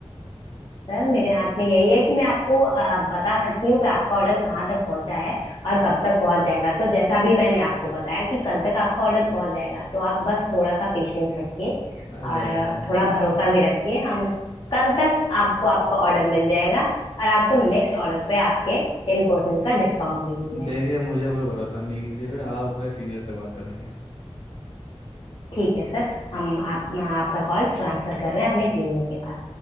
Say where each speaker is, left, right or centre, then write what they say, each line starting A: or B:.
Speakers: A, on the left; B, on the left.
A: सर मेरे हाथ में यही है कि मैं आपको आ, बता सकती हूँ कि आपका ऑर्डर कहाँ तक पहुँचा है और कब तक पहुँच जाएगा तो जैसा भी मैंने आपको बताया कि कल तक आपका ऑर्डर पहुँच जाएगा तो आप बस थोड़ा सा पेशेंस रखिए
B: अरे
A: और
B: यार
A: आ, थोड़ा भरोसा
B: आह,
A: भी रखिए हम कल तक आपको आपका ऑर्डर मिल जाएगा और आपको नेक्स्ट ऑर्डर पे आपके टेन परसेंट का डिस्काउंट भी मिल जाएगा
B: देखिए मुझे कोई भरोसा नहीं किसी पे आप अपने सीनियर से बात कर रही हैं
A: ठीक है सर हम आप, आपका कॉल ट्रांसफर कर रहे हैं अपने सीनियर के पास